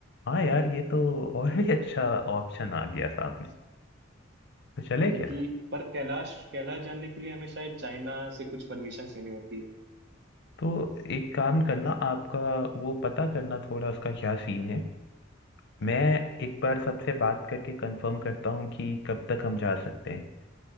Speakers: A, on the left; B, on the right.
A: हाँ यार ये तो और भी अच्छा ऑप्शन आ गया सामने तो चले
B: क्योंकि
A: क्या
B: पर कैलाश कैलाश जाने के लिए हमें शायद चाइना से कुछ परमिशन लेनी होती है
A: तो एक काम करना आपका वो पता करना थोड़ा उसका क्या सीन है मैं एक बार सबसे बात करके कंफर्म करता हूँ कि कब तक हम जा सकते हैं